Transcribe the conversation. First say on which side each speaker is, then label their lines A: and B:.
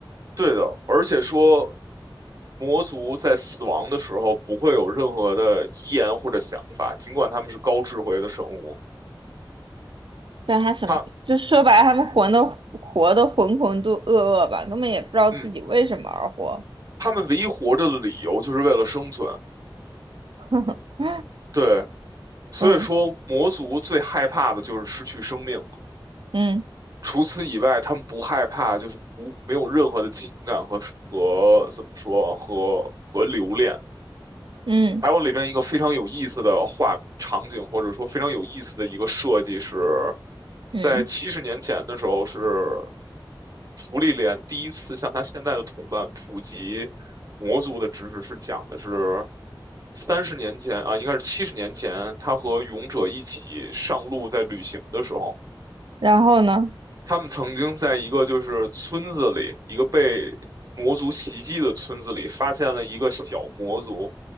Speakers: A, on the right; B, on the right.
A: 对的，而且说。魔族在死亡的时候不会有任何的遗言或者想法，尽管他们是高智慧的生物。
B: 但他什么，
A: 他，
B: 就说白了，他们活的活的浑浑度噩噩吧，根本也不知道自己为什么而活。
A: 嗯。他们唯一活着的理由就是为了生存。
B: <laughs>
A: 对，所以说魔族最害怕的就是失去生命，
B: 嗯嗯
A: 除此以外，他们不害怕，就是不没有任何的情感和和怎么说和和留恋。
B: 嗯
A: 还有里边一个非常有意思的画场景，或者说非常有意思的一个设计是，
B: 嗯嗯，
A: 在七十年前的时候，是福利莲第一次向他现在的同伴普及魔族的知识，是讲的是三十年前啊，应该是七十年前，他和勇者一起上路在旅行的时候，
B: 然后呢？
A: 他们曾经在一个就是村子里，一个被魔族袭击的村子里，发现了一个小魔族。